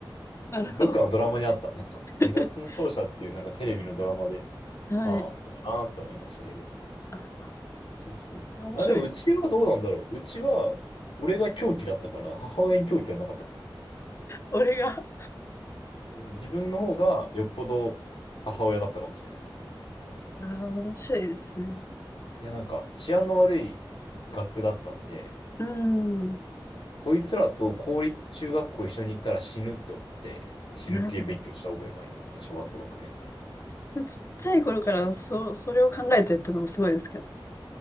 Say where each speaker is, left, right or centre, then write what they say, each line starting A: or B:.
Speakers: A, on the left; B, on the left.
A: なるほど。
B: どっかのドラマにあった。なんか、
A: <laughs>
B: 2月の勝者っていうなんかテレビのドラマで、
A: はい。
B: ああ、そうだなって思いましたけど。
A: あ、
B: そうそう。
A: 面白い。
B: あ、でもうちはどうなんだろう。うちは、俺が狂気だったから、母親に狂気はなかったから。
A: 俺が、あ
B: そう自分の方がよっぽど母親だったかもしれないです。やっぱそう
A: あ、面白いですね。
B: いや、なんか治安の悪い学区だったんで、
A: うん。
B: こいつらと公立中学校一緒に行ったら死ぬって思って、死ぬ気で勉強した覚えがありますね、
A: なるほ
B: 小学校6年生の頃。
A: ど。ちっちゃい頃から、そう、それを考えてるってのもすごいですけどね。